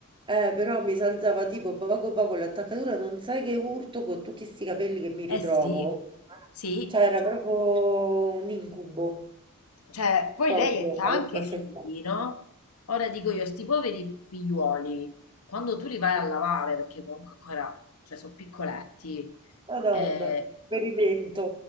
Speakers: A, on the right; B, on the left.
A: Eh, però mi salzava tipo poco poco l'attaccatura, non sai che urto con tutti sti capelli che mi ritrovo.
B: Eh sì, sì.
A: Cioè, era proprio un incubo,
B: Cioè, poi
A: proprio,
B: lei ha
A: avevo
B: anche
A: a
B: figli,
A: che fare.
B: no? Ora dico io, sti poveri figliuoli, quando tu li vai
A: <laughs>
B: a lavare, perché comunque ancora, cioè, sono piccoletti,
A: Madonna,
B: eh,
A: esperimento.